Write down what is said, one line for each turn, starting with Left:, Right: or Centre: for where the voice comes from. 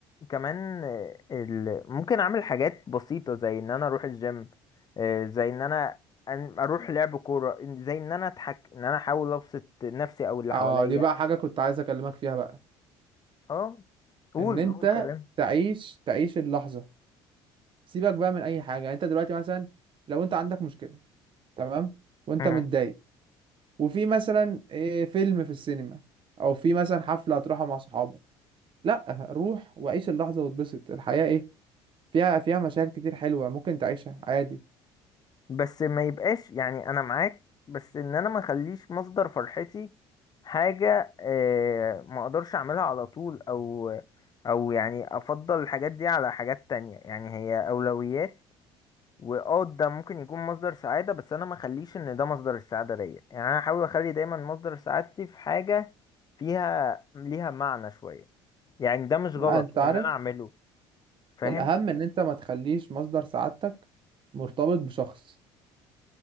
Left: كمان آه، ال... ممكن أعمل حاجات بسيطة زي إن أنا أروح الجيم آه، زي إن أنا أن- أروح لعب كورة زي إن أنا أضحك إن أنا أحاول أبسط نفسي أو اللي
Right: اه
Left: حواليا
Right: دي بقى حاجة كنت عايز اكلمك فيها بقى
Left: أه قول
Right: ان انت
Left: قول كلام
Right: تعيش تعيش اللحظة سيبك بقى من اي حاجة يعني انت دلوقتي مثلا لو انت عندك مشكلة تمام وانت
Left: مم.
Right: متضايق وفي مثلا إيه، فيلم في السينما او في مثلا حفلة هتروحها مع صحابك لا روح وعيش اللحظة واتبسط الحياة ايه فيها فيها مشاعر كتير حلوة ممكن تعيشها عادي
Left: بس ما يبقاش يعني انا معاك بس ان انا ما اخليش مصدر فرحتي حاجة آه، ما اقدرش اعملها على طول او او يعني افضل الحاجات دي على حاجات تانية يعني هي اولويات واه ده ممكن يكون مصدر سعادة بس انا ما اخليش ان ده مصدر السعادة ليا يعني انا احاول اخلي دايما مصدر سعادتي في حاجة فيها ليها معنى شوية يعني ده مش غلط
Right: لا انت عارف
Left: ان انا اعمله فاهم
Right: الاهم ان انت ما تخليش مصدر سعادتك مرتبط بشخص